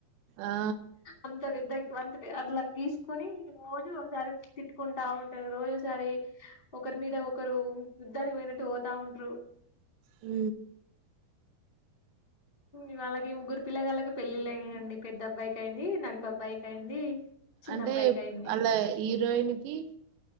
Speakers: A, on the right (about 85°); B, on the left (about 20°).
A: ఆ
B: అంత విద్దకి వంత అదిలక్ తీసుకుని రోజు ఒకసారి తిట్టుకుంటా ఉంటారు రోజు ఒకసారి ఒకరి మీద ఒకరు యుద్దానికి పోయినట్టు పోతా ఉంటరు
A: ఉ
B: ఉ అలాగే ముగ్గురు పిల్లగాళ్ళకి పెళ్లిళ్లు అయినాయండి. పెద్ద అబ్బాయికి అయింది నడిపు అబ్బాయికి అయింది చిన్న
A: అంటే
B: అబ్బాయికి అయింది
A: అళ్ళ హీరోయిన్ కి